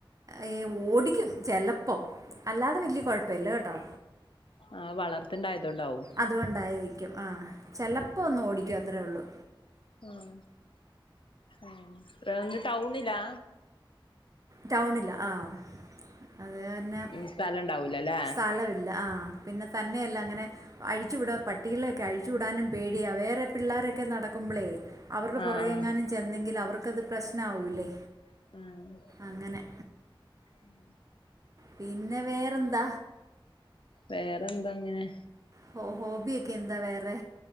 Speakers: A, on the right; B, on the left.
A: ഏഹ് ഓടിക്കും ചെലപ്പം അല്ലാതെ വെല്ല്യ കൊഴപ്പല്ല കെട്ടോ.
B: ആഹ് വളർത്ത്ണ്ടായതോണ്ടാവും.
A: അത്കൊണ്ടായിരിക്കും ആഹ് ചെലപ്പോ ഒന്ന് ഓടിക്കും അത്രേ ഒള്ളൂ.
B: ഉം ഉം ആഹ് ഇന്ന് ടൗണിലാ?
A: ടൗണിലാ ആഹ് അത് കാരണം
B: സ്ഥലം ഉണ്ടാവൂലല്ലേ
A: സ്ഥലവില്ല ആഹ് പിന്നെ തന്നെയല്ല അങ്ങനെ അഴിച്ചു വിടാൻ പട്ടികളെക്കെ അഴിച്ചു വിടാനും പേടിയാ വേറെ പിള്ളാരൊക്കെ നടക്കുമ്പളേ അവർടെ
B: ആഹ്
A: പുറകെ
B: ആഹ്
A: എങ്ങാനും ചെന്നെങ്കില് അവർക്കത് പ്രശ്നാവൂല്ലേ?
B: ഉം
A: അങ്ങനെ.
B: ഉം.
A: പിന്നെ വേറെന്താ?
B: വേറെന്താങ്ങനെ
A: ഹോ ഹോബ്യൊക്കെന്താ വേറെ?